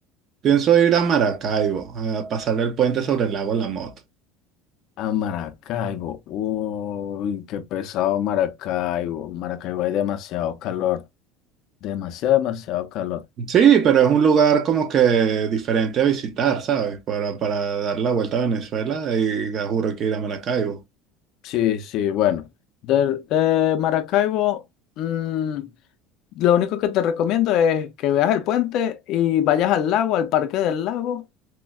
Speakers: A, on the right; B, on the left.
A: Pienso ir a Maracaibo, a pasar el puente sobre el lago de La Moto.
B: A Maracaibo. Uy, qué pesado Maracaibo. Maracaibo hay demasiado calor. Demasiado, demasiado calor.
A: Sí, pero es un lugar como que diferente a visitar, ¿sabes? Para, para dar la vuelta a Venezuela, y ya juro que ir a Maracaibo.
B: Sí, sí, bueno. De, de Maracaibo, mm, lo único que te recomiendo es que veas el puente y vayas al lago, al parque del lago,